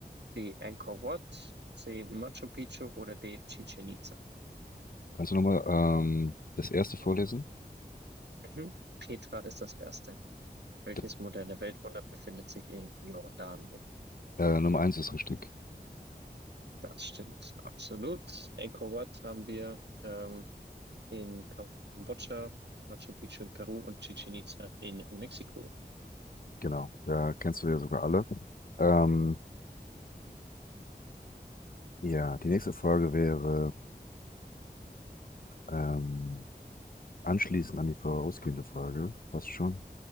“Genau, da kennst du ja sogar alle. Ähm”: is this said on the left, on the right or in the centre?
Left